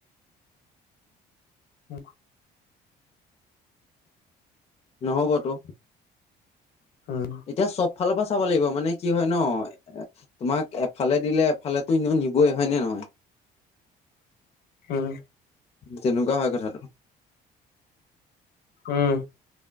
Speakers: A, on the left; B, on the left.
A: উম।
B: নহবতো।
A: উম
B: এতিয়া চব এফালৰ পৰা চাব লাগিব মানে কি হয় ন এ তোমাক এফালে দিলে এফালে এনেও‌ নিবই হয় নে নহয়। <inaudible>
A: উম।
B: জেনুকা হয় কথাটো।
A: উম।